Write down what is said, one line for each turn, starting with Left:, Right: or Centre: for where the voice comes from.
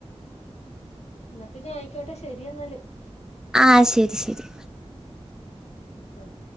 Left: ന്നാ പിന്നെ അയിക്കോട്ടെ ശരിയെന്നാല്
Centre: ആ ശരി ശരി
Left: ആഹ്